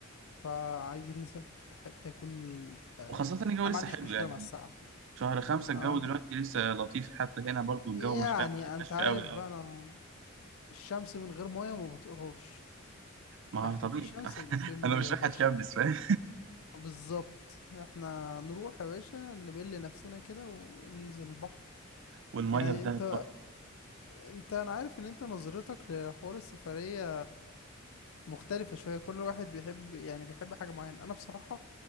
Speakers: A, on the left; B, on the right.
A: فعايزين نسافر في حته يكون ال... آه،
B: وخاصة ان الجو
A: انا
B: لسه
A: ما عنديش
B: حلو
A: مشكله
B: يعني
A: مع السقعه
B: شهر خمسة
A: انا
B: الجو
A: ما عندي
B: دلوقتي لسه لطيف حتى هنا برضو الجو
A: يعني
B: مش فاهم ما قفش
A: انت عارف
B: قوي
A: بقى
B: اه
A: انا الشمس من غير ميه ما بطيقهاش
B: ما
A: فاحنا
B: هو طبيعي
A: في شمس
B: <laughs>
A: يبقى في ميه
B: انا مش
A: يا
B: رايح
A: باشا
B: اتشمس فاهم
A: بالظبط احنا نروح يا باشا نبل نفسنا كده وننزل البحر
B: والميه
A: يعني
B: في دهب
A: انت
B: تحفه
A: انت انا عارف ان انت نظرتك لحوار السفرية مختلفة شوية كل واحد بيحب يعني بيحب حاجة معينة أنا بصراحة